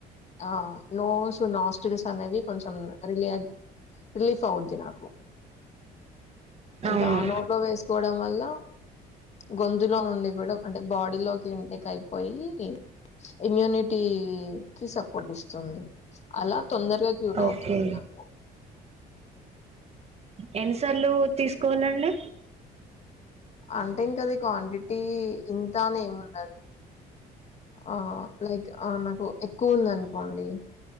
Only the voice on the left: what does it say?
ఆ నోస్ టు నాస్ట్రిల్స్ అనేవి కొంచెం రిలీ రిలీఫ్ అవుద్ది నాకు
కా నోట్లో వేసుకోవడం వల్ల గొంతులో నుండి కూడా అంటే బాడీలోకి ఇన్టేక్ అయిపోయి ఇమ్యూనిటీ కి సపోర్ట్ ఇస్తుంది అలా తొందరగా క్యూర్ అవుతుంది
నాకు
అంటే ఇంకది క్వాంటిటీ ఇంతనేమి ఉండదు ఆ లైక్ ఆ నాకు ఎక్కువ ఉందినుకోండి